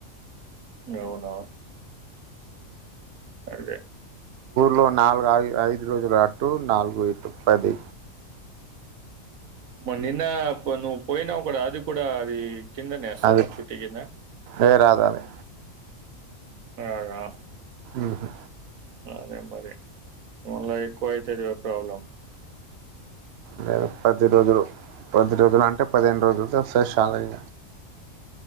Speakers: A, on the right; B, on the right.
A: అవునా అదే
B: లో నాలుగు ఐ ఐదు రోజుల అటు నాలుగు ఇటు పది
A: మో నిన్న నువ్వు పోయినవ్ కూడా అది కూడా అది కిందనే నేస్తాడు
B: అది
A: చుటీ కింద
B: ఏ రాదు అది
A: ఈగగా ఆఫ్
B: ఆహా
A: అదే మరి మళ ఎక్కువ అవుతదిగా ప్రాబ్లమ్
B: నేను పది రోజులు పది రోజులు అంటే పదిహేను రోజులతో వస్తారు చాలా ఇ